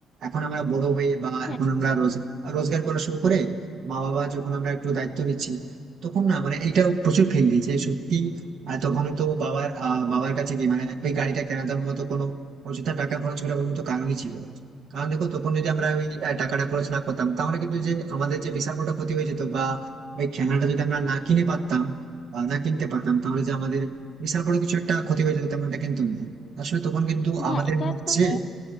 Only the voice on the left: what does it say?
হ্যাঁ
হ্যাঁ
এটা
তুমি